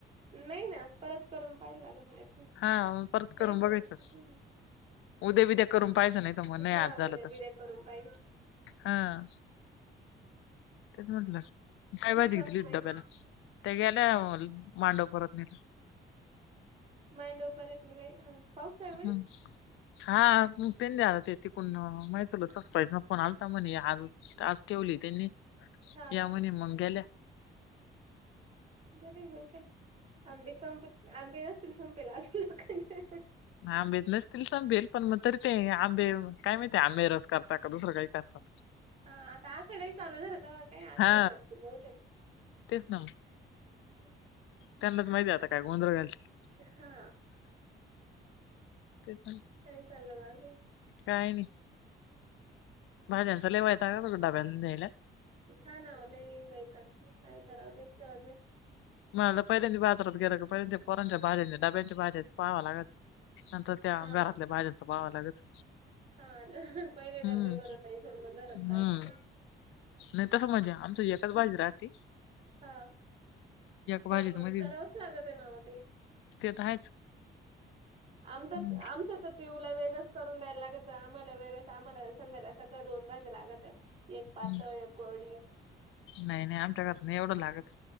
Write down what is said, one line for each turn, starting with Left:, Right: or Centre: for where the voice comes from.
Right: नाही ना परत करून पाहायला लागत नाही.
Left: हा म परत करून
Right: तर
Left: बघायचं.
Right: मग
Left: उद्या बिद्या करून पाहियचं नाही त मग नाही
Right: हा
Left: आज झालं
Right: उद्या
Left: तर
Right: बिद्या करून पाहिल
Left: हा तेच म्हटलं. का
Right: तुमची
Left: भाजी
Right: सासूबाई
Left: घ दिली डब्याला त्या गेल्या मांडव परतणीला
Right: मांडव परत निलाय. पाऊस आहे म्हणे
Left: हम्म हा त्यांनी आज तिकडुन माझ्या चुलत सासुबाई ना. फोन आलता म्हणे आज आज ठेवली त्यांनी
Right: हा
Left: या
Right: हा
Left: म्हणे मग ग्याल्या.
Right: नाही मग काय आंबे संप आंबे नसतील संपेला असेल लोकांच्या
Left: आंबेच नसतील संपेल पण मग तरी ते आंबे काय माहितीय आंबे रस करता का दुसरं काही करत. अ.
Right: हा आता आखाडही चालू झालात तेव्हा काही आखाड
Left: हा
Right: करतील बहुत
Left: तेच ना म
Right: हम्.
Left: त्यांनाच माहिती आ काय गोंधळ घालत.
Right: हा
Left: ते पण
Right: काही चाललं म अजून
Left: काय नाही. बाज जन सल होयत का म डबलेईल
Right: हा ना आ ल इ वैतागकाय कराव तेच कळत नाही.
Left: म पहिल्यांद ब बाजरात गेलं पहिल्यांद ते पोरांच्या भाज्यांनी डब्यांच्या भाज्याच पाहावं लागत नंतर त्या
Right: हा
Left: घरातल्या भाज्यांच पावां लागत.
Right: हा पहिले
Left: हम्म
Right: डब्बे करून द्यायचे मग घरात काय
Left: हम्म
Right: करायच?
Left: नाही तसं म्हणजे आमचं एच बाजी राही.
Right: हा पण
Left: भाजीत
Right: मग
Left: मध्ये
Right: करावंच लागत आहे ना ते
Left: ते तर आहेच
Right: आम आमच
Left: हम्म,
Right: तर पिऊला वेगच करून द्या. लागत आम्हाला वेळळेच आम्हाला संध्याकाळ सकाळ दोन वाजे लागत आहे. एक
Left: हम्म.
Right: पाातळ एक कोडी
Left: नाही नाही आमच्या करता नाही एवढं लागत.